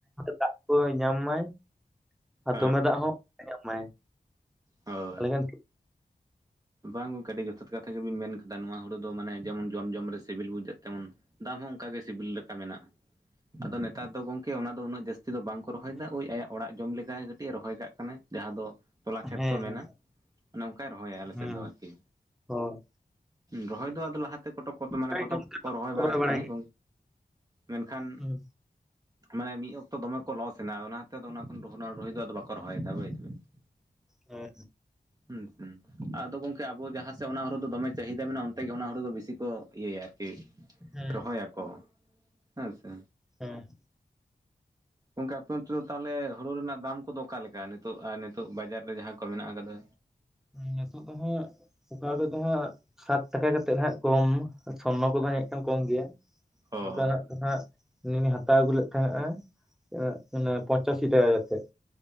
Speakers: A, in the centre; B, on the right.
A: ᱫᱟᱜ ᱠᱚᱭ ᱧᱟᱢ ᱢᱟᱭ ᱟᱨ
B: ᱦᱮᱸ
A: ᱫᱚᱢᱮ
B: ᱦᱮᱸ
A: ᱫᱟᱜ ᱦᱚᱸ ᱵᱟᱭ ᱧᱟᱢ ᱢᱟᱭ
B: ᱦᱳᱭ
A: ᱛᱟᱦᱚᱞᱮ ᱠᱷᱟᱱ ᱴᱷᱤᱠ
B: ᱵᱟᱝ ᱜᱚᱝᱠᱮ ᱟᱹᱰᱤ ᱡᱚᱛᱷᱟᱛ ᱠᱟᱛᱷᱟ ᱜᱮᱵᱤᱱ ᱢᱮᱱ ᱠᱟᱫᱟ ᱱᱚᱣᱟ ᱦᱩᱲᱩ ᱫᱚ ᱢᱟᱱᱮ ᱡᱮᱢᱚᱱ ᱡᱚᱢ ᱡᱚᱢ ᱨᱮ ᱥᱤᱵᱤᱞ ᱵᱩᱡᱟᱹᱜ ᱛᱮᱢᱚᱱ ᱫᱟᱢ ᱦᱚᱸ ᱚᱱᱠᱟ ᱜᱮ ᱥᱤᱵᱤᱞ ᱞᱮᱠᱟ ᱢᱮᱱᱟᱜ-ᱟ ᱟᱫᱚ ᱱᱮᱛᱟᱨ ᱫᱚ ᱜᱚᱝᱠᱮ ᱚᱱᱟ ᱫᱚ ᱩᱱᱟᱹᱜ ᱡᱟᱹᱥᱛᱤ ᱫᱚ ᱵᱟᱝ ᱠᱚ ᱨᱚᱦᱚᱭ ᱮᱫᱟ ᱳᱭ ᱟᱭᱟᱜ ᱚᱲᱟᱜ ᱡᱚᱢ ᱞᱮᱠᱟᱭ ᱠᱟᱹᱴᱤᱡ ᱮ ᱨᱚᱦᱚᱭ ᱠᱟᱜ ᱠᱟᱱᱟᱭ ᱡᱟᱦᱟᱸ ᱫᱚ ᱛᱚᱞᱟ ᱠᱷᱮᱛ
A: ᱦᱮᱸ
B: ᱠᱚ ᱢᱮᱱᱟ
A: ᱦᱮᱸ
B: ᱚᱱᱮ ᱚᱱᱠᱟᱭ ᱨᱚᱦᱚᱭᱟ ᱟᱞᱮ
A: ᱦᱮᱸ
B: ᱥᱮᱜ ᱫᱚ ᱟᱨᱠᱤ
A: ᱦᱳᱭ
B: ᱨᱚᱦᱚᱭ ᱫᱚ ᱟᱫᱚ ᱞᱟᱦᱟᱛᱮ ᱠᱚᱴᱚᱠ ᱠᱚ ᱢᱟᱱᱮ
A: ᱚᱱᱠᱟ
B: ᱠᱚᱛᱚᱠ
A: ᱜᱮ
B: ᱠᱚ ᱨᱚᱦᱚᱭ
A: ᱠᱚᱨᱟᱣ
B: ᱵᱟᱲᱟᱭᱮᱫ
A: ᱵᱟᱲᱟᱭ
B: ᱛᱟᱦᱮᱸᱫ ᱢᱮᱱᱠᱷᱟᱱ
A: ᱦᱩᱸ
B: ᱢᱟᱱᱮ ᱢᱤᱫ ᱚᱠᱛᱚ ᱫᱚᱢᱮ ᱠᱚ ᱞᱚᱥ ᱮᱱᱟ ᱚᱱᱟ ᱛᱮᱫ ᱫᱚ ᱚᱱᱟ ᱠᱷᱚᱱ ᱨᱩ ᱫᱚ ᱵᱟᱠᱚ ᱨᱚᱦᱚᱭᱮᱫᱟ ᱵᱩᱡ ᱫᱟᱵᱤᱱ <inaudible>
A: ᱦᱮᱸ
B: ᱦᱩᱸ ᱦᱩᱸ ᱟᱫᱚ ᱜᱚᱢᱠᱮ ᱟᱵᱚ ᱡᱟᱦᱟᱸ ᱥᱮᱫ ᱚᱱᱟ ᱦᱩᱲᱩ ᱫᱚᱢᱮ ᱪᱟᱦᱤᱫᱟ ᱢᱮᱱᱟᱜ-ᱟ ᱚᱱᱛᱮ ᱜᱮ ᱚᱱᱟ ᱦᱩᱲᱩ ᱫᱚ ᱵᱤᱥᱤ ᱠᱚ ᱤᱭᱟᱹᱭᱟ ᱟᱨᱠᱤ
A: ᱦᱮᱸ
B: ᱨᱚᱦᱚᱭ ᱟᱠᱚ ᱦᱮᱸ ᱥᱮ
A: ᱦᱮᱸ
B: ᱜᱚᱝᱠᱮ ᱟᱯᱮ ᱚᱱᱚᱛ ᱫᱚ ᱛᱟᱦᱚᱞᱮ ᱦᱳᱲᱳ ᱨᱮᱱᱟᱜ ᱫᱟᱢ ᱠᱚᱫᱚ ᱚᱠᱟ ᱞᱮᱠᱟ ᱱᱤᱛᱚᱜ ᱟᱨ ᱱᱤᱛᱚᱜ ᱵᱟᱡᱟᱨ ᱨᱮ ᱡᱟᱦᱟᱸ ᱠᱚ ᱢᱮᱱᱟᱜ ᱟᱠᱟᱫᱟ
A: ᱱᱤᱛᱚᱜ <unintelligible> ᱚᱠᱟ ᱠᱚᱫᱚ ᱦᱟᱸᱜ ᱥᱟᱴ ᱴᱟᱠᱟ ᱠᱟᱛᱮᱫ ᱦᱟᱸᱜ ᱠᱚᱢ ᱥᱚᱨᱱᱚ ᱠᱚᱫᱚ ᱦᱮᱡ ᱠᱟᱱ ᱠᱚᱢ ᱜᱮᱭᱟ
B: ᱚ
A: ᱚᱱᱠᱟ ᱦᱟᱸᱜ ᱦᱟᱸᱜ ᱟᱹᱞᱤᱧ ᱞᱤᱧ ᱦᱟᱛᱟᱣ ᱟᱹᱜᱩ ᱞᱮᱫ ᱛᱟᱦᱮᱸᱱᱟ ᱮ ᱯᱚᱸᱧᱪᱟᱥᱤ ᱴᱟᱠᱟ ᱠᱟᱛᱮᱫ